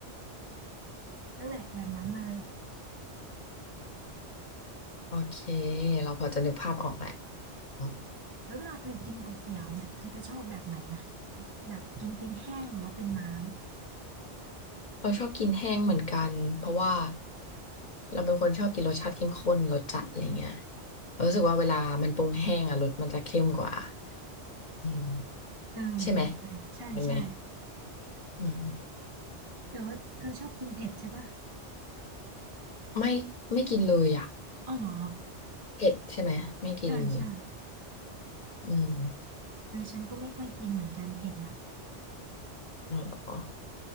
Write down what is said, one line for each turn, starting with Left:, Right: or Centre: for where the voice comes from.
Right: นั่นแหละแบบนั้นเลย
Left: โอเคเราพอจะนึกภาพออกแหละอืม
Right: แล้วเวลาเธอกินก๋วยเตี๋ยวเนี่ย เธอจะชอบแบบไหนอะแบบกินเป็นแห้งหรือว่าเป็นน้ำ
Left: เราชอบกินแห้งเหมือนกันเพราะว่าเราเป็นคนชอบกินรสชาติเข้มข้นรสจัดอะไรเงี้ยเรารู้สึกว่าเวลามันปรุงแห้งอะรสมันจะเข้มกว่าอืม
Right: เออเหมือนกันเลยใช่ใช่
Left: ใช่ไหม เป็นไหมอืม
Right: แต่ว่าเธอชอบกินเผ็ดใช่ปะ
Left: ไม่ไม่กินเลยอ่ะ
Right: อ๋อเหรอ
Left: เผ็ดใช่ไหมไม่กินเลย
Right: ใช่ใช่
Left: อืม
Right: เออฉันก็ไม่ค่อยกินเหมือนกันเผ็ดน่ะ
Left: อ๋อเหรอ